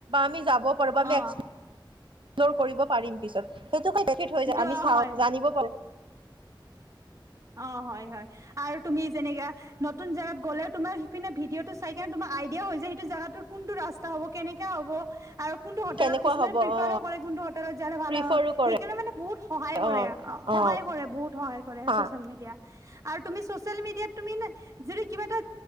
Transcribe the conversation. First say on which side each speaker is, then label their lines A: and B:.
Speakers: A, on the right; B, on the right.
A: আমি যাব পাৰিব আমি
B: অ
A: একস <unintelligible> কৰিব পাৰিম পিছত। সেইটোকে ডেফিট হৈ
B: সেইটো
A: যায় আমি
B: অ
A: চাওঁ
B: হয়
A: জানিব পাৰো।
B: অ হয় হয় আৰু তুমি যেনেকাে নতুন জেগাত গ'লে তোমাৰ সিপিনে ভিডিঅ'টো চাই কেনে তোমাৰ আইডিয়াও হৈছে সেইটো জেগাাটো কোনটো ৰাস্তা হ'ব কেনেক হ'ব আৰু কোনটো হোটেলত
A: কেনেকুৱা
B: কিছুমানে
A: হ'ব
B: প্ৰিফাৰ
A: অ
B: ও কৰে কোনটো হোটেলত যালে ভাল
A: প্ৰিফাৰো
B: হয়
A: কৰে
B: সেইকাৰণে মানে বহুত সহায় কৰে
A: অ
B: সহায়
A: অ
B: কৰে বহুত সহায় কৰে।
A: হা
B: জমি দিয়া। আৰু তুমি চচিয়েল মিডিয়াত তুমি যদি কিবা এটা